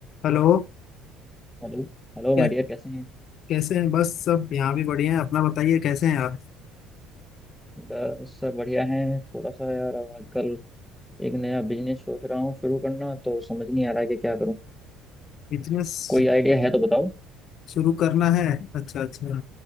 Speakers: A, on the left; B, in the centre.
A: Hello
B: Hello Hello
A: कै,
B: my dear कैसे हैं
A: कैसे हैं बस सब यहाँ भी बढ़िया हैं अपना बताइए कैसे हैं आप
B: बस सब बढ़िया है थोड़ा सा यार आजकल एक नया बिजनेस सोच रहा हूँ शुरू करना तो समझ नहीं आ रहा है कि क्या करूँ
A: बिजनेस
B: कोई आइडिया है तो बताओ
A: शुरू करना है अच्छा अच्छा